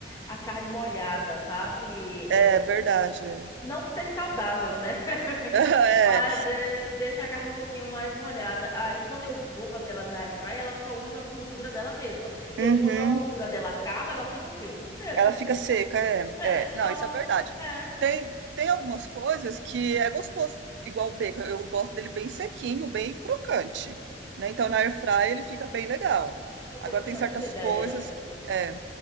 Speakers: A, on the left; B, on the right.
A: a carne molhada, sabe?
B: é
A: É,
B: verdade. <laughs>
A: não que seja saudável, né? <laughs>
B: Aham, é.
A: Mas de- deixa a carne um pouquinho mais molhada. Aí quando eu vou fazer ela na airfryer, ela só usa a gordura dela mesma. E
B: Uhum.
A: aí quando a gordura dela acaba, ela fica o quê? Seca.
B: Ela fica seca, é,
A: É,
B: é.
A: então,
B: Não, isso é verdade.
A: é
B: Tem, tem algumas coisas que é gostoso, igual o bacon. Eu gosto dele bem sequinho, bem crocante, né? Então na air fry ele fica bem legal.
A: interessante
B: Agora tem certas
A: essa ideia.
B: coisas que é